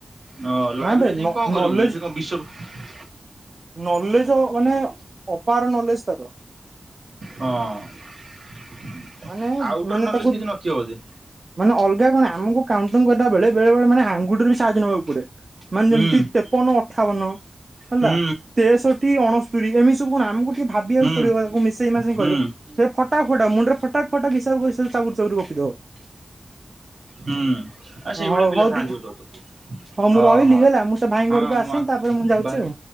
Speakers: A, on the right; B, on the right.
A: ହଁ ଲାଇବ୍ରେରୀରେ
B: ନା ବେ
A: ଯାଇକି କଣ କରିବୁ
B: ନଲେଜ
A: ଏଇଠି କଣ ବିଶ୍ୱ
B: ନଲେଜ ମାନେ ଅପାର ନଲେଜ ତାର।
A: ହଁ
B: ମାନେ
A: ଆଉଟର
B: ମାନେ
A: ନଲେଜ
B: ତାକୁ
A: କିଛି ନଥିବ ବୋଧେ।
B: ମାନେ ଅଲଗା କଣ ଆମୁକୁ କାଉଣ୍ଟିଂ କଲାବେଳେ ବେଳେ ବେଳେ ମାନେ ଆଙ୍ଗୁଠି ରୁ ସାହାଯ୍ୟ ନବାକୁ ପଡେ ମାନେ
A: ହୁଁ
B: ଯେମିତି ତେପନ ଅଠାବନ ହେଲା
A: ହୁଁ
B: ତେଷଠି ଅଣ ସ୍ତୁରି ଏମିତି ସବୁ କଣ ଆମୁକୁ ଟିକେ ଭାବିବାକୁ
A: ହୁଁ
B: ପଡିବ ତାକୁ ମିସେଇ ମାସେଇ
A: ହୁଁ
B: କହିବ ସେ ଫଟା ଫଟ ମୁଣ୍ଡ ରେ ଫ ଟା ଫଟ ହିସାବ କରି ସାରି ଚାବୁର ଚାବୁର ଗପି ଦବ।
A: ହୁଁ ଆଉ ସେଇ
B: ହଉ
A: ଭଳିଆ ପିଲା
B: ହଉ
A: ଥାଆନ୍ତି
B: ଟିକେ
A: ଗୋଟେ ଗୋଟେ।
B: ହଉ
A: ହଁ
B: ମୁଁ ରହିଲି
A: ହଁ
B: ହେଲା ମୁଁ ସେ ଭାଇ
A: ହଁ
B: ଘରକୁ ଆସେ
A: ମ
B: ତାପରେ ମୁଁ ଯାଉଛି
A: ବାଏ।
B: ଆଉ।